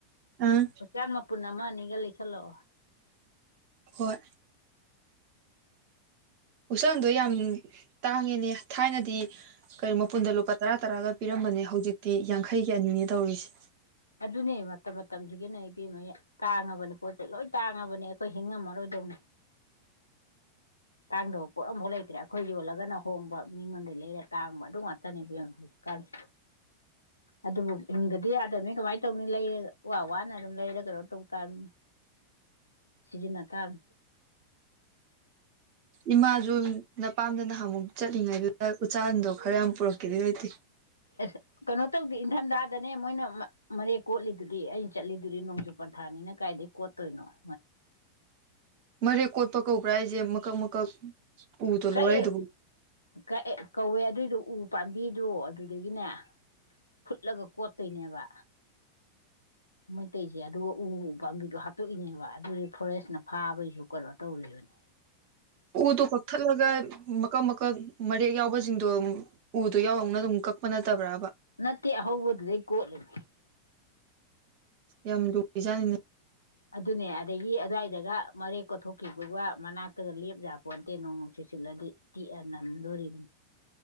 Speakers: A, on the right; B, on the left.
A: ꯑꯥ
B: ꯎꯆꯥꯟ ꯃꯄꯨꯟ ꯑꯃ ꯑꯅꯤꯒ ꯂꯩꯁꯜ <unintelligible>
A: ꯍꯣꯏ ꯎꯆꯥꯟꯗꯣ ꯌꯥꯝ ꯇꯥꯡꯉꯤꯅꯦ ꯊꯥꯏꯅꯗꯤ ꯀꯔꯤ ꯃꯄꯨꯟꯗ ꯂꯨꯄꯥ ꯇꯔꯥ ꯇꯔꯥꯒ ꯄꯤꯔꯝꯕꯅꯦ ꯍꯧꯖꯤꯛꯇꯤ ꯌꯥꯡꯈꯩꯒꯤ ꯑꯅꯤꯅꯦ ꯇꯧꯔꯤꯁꯦ꯫
B: ꯑꯗꯨꯅꯦ ꯃꯇꯝ ꯃꯇꯝꯁꯤꯒꯤꯅꯦ ꯏꯕꯦꯝꯃ ꯇꯥꯡꯉꯕꯅꯤ ꯄꯣꯠ ꯆꯩ ꯂꯣꯏ ꯇꯥꯡꯉꯕꯅꯤ ꯑꯩꯈꯣꯏ ꯍꯤꯡꯉꯝꯃꯔꯣꯏꯗꯧꯅꯤ ꯇꯥꯡꯗꯕ ꯄꯣꯠ ꯑꯃꯐꯥꯎ ꯂꯩꯇ꯭ꯔꯦ ꯑꯩꯈꯣꯏ ꯌꯣꯜꯂꯒꯅ ꯍꯣꯡꯕ ꯃꯤꯉꯣꯟꯗꯩ ꯂꯩꯔ ꯇꯥꯡꯕ ꯑꯗꯨ ꯉꯥꯛꯇꯅꯦꯕꯦꯝꯃ ꯍꯧꯖꯤꯛꯀꯥꯟꯁꯦ ꯑꯗꯨꯕꯨ ꯍꯤꯡꯗꯗꯤ ꯅꯤ ꯀꯃꯥꯏꯅ ꯇꯧꯅꯤ ꯂꯩꯔꯒ ꯋꯥꯋꯥꯅ ꯑꯗꯨꯝ ꯂꯩꯔꯒ ꯀꯩꯅꯣ ꯇꯧ ꯇꯥꯕꯅꯤ ꯁꯤꯖꯤꯟꯅ ꯇꯥꯕꯅꯤ꯫
A: ꯏꯃꯥꯁꯨ ꯅꯄꯥꯝꯗ ꯅꯍꯥꯟꯃꯨꯛ ꯆꯠꯂꯤꯉꯥꯏꯗꯨꯗ ꯎꯆꯥꯟꯗꯣ ꯈꯔ ꯌꯥꯝ ꯄꯨꯔꯛꯀꯦꯗꯤ ꯂꯩꯇꯦ꯫
B: ꯑꯁ ꯀꯩꯅꯣ ꯇꯧꯗꯦ ꯏꯟꯊꯝꯗ ꯗꯅꯦ ꯃꯣꯏꯅ ꯃꯅꯦ ꯀꯣꯠꯂꯤꯗꯨꯗꯤ ꯑꯩ ꯆꯠꯂꯤꯗꯨꯗꯤ ꯅꯣꯡꯖꯨ ꯄꯟꯊꯥꯅꯤꯅ ꯀꯥꯏꯗꯩꯩ ꯀꯣꯠꯇꯣꯏꯅꯣ <unintelligible>
A: ꯃꯔꯦꯛ ꯀꯣꯠꯄ ꯀꯧꯕ꯭ꯔꯥ ꯍꯥꯏꯁꯦ ꯃꯀꯛ ꯃꯀꯛ ꯎꯗꯣ
B: ꯀꯛꯑꯦ
A: ꯂꯧꯔꯛꯏꯗꯨꯕꯨ
B: ꯀꯛꯑꯦ ꯀꯧꯏ ꯑꯗꯨꯏꯗꯣ ꯎ ꯄꯥꯝꯕꯤꯗꯣ ꯑꯗꯨꯗꯒꯤꯅꯦ ꯐꯨꯠꯂꯒ ꯀꯣꯠꯇꯨꯏꯅꯦꯕ ꯃꯩꯇꯩꯁꯦ ꯑꯗꯨꯒ ꯎ ꯄꯥꯝꯕꯤꯗꯣ ꯍꯥꯠꯇꯣꯛꯏꯅꯦꯕ ꯑꯗꯨꯏꯁꯨ ꯐꯣꯔꯦꯁꯅ ꯐꯥꯕꯩꯁꯨ ꯀꯩꯅꯣ ꯇꯧꯔꯤꯕꯅꯤ
A: ꯎꯗꯣ ꯀꯛꯊꯠꯂꯒ ꯃꯀꯛ ꯃꯀꯛ ꯃꯔꯦꯛ ꯌꯥꯎꯕꯁꯤꯡꯗꯣ ꯎꯗꯣ ꯌꯥꯎ ꯌꯥꯎꯅ ꯑꯗꯨꯝ ꯀꯛꯄ ꯅꯠꯇꯕ꯭ꯔꯥ
B: ꯅꯠꯇꯦ ꯑꯍꯧꯕꯗꯨꯗꯩ ꯀꯣꯠꯂꯤꯅꯦ꯫
A: ꯌꯥꯝ ꯂꯨꯔꯤꯖꯥꯠꯅꯤꯅꯦ
B: ꯑꯗꯨꯅꯦ ꯑꯗꯒꯤ ꯑꯗꯨꯋꯥꯏꯗꯒ ꯃꯔꯦꯛ ꯀꯣꯊꯣꯛꯈꯤꯕꯗꯨꯒ ꯃꯅꯥꯛꯇꯒ ꯂꯦꯞ ꯌꯥꯄꯣꯟꯇꯦ ꯅꯣꯡ ꯅꯨꯡꯁꯤꯠ ꯁꯤꯠꯂꯛꯑꯗꯤ ꯇꯤꯛꯑ ꯅꯝꯗꯣꯔꯤꯕꯅꯤ